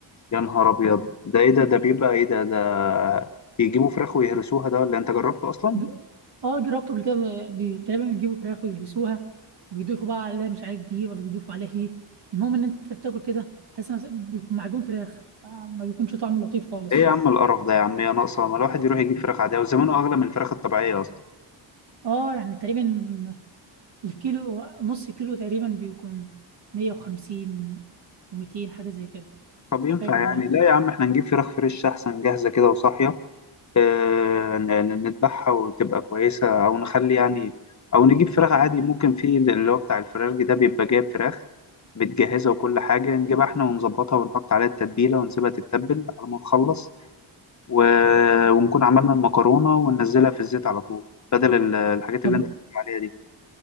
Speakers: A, on the left (about 35°); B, on the right (about 55°).
A: يا نهار ابيض ده ايه ده ده بيبقى ايه ده ده بيجيبوا فراخ ويهرسوها ده ولا إيه؟ انت جربته اصلا
B: ب- اه جربته قبل كده ب- ب- تقريبا بيجيبوا فراخ ويهيسوها ويضيفوا بقى عليها مش عارف دي ولا بيضيفوا عليها ايه المهم ان انت بتاكل كده تحس إن بيكون معجون فراخ آه، ما بيكونش طعمه لطيف خالص
A: ايه يا عم القرف ده يا عم يا ناقصه ما الواحد يروح يجيب فراخ عاديه وزمانه اغلى من الفراخ الطبيعيه اصلا
B: اه يعني تقريبا الكيلو نص كيلو تقريبا بيكون 150 و200 حاجة زي كده
A: طب ينفع
B: مش فاكر والله
A: يعني لا يا عم احنا نجيب فراخ فريش احسن جاهزة كده وصاحية اه ن- ن- نذبحها وتبقى كويسة او نخلي يعني او نجيب فراخ عادي ممكن في اللي هو بتاع الفراخ ده بيبقى جايب فراخ متجهزة وكل حاجة نجيبها احنا ونظبطها ونحط عليها التتبيلة ونسيبها تتبل على ما نخلص و... ونكون عملنا المكرونة وننزلها في الزيت على طول بدل ال- الحاجات
B: طب
A: اللي انت بتقول عليها دي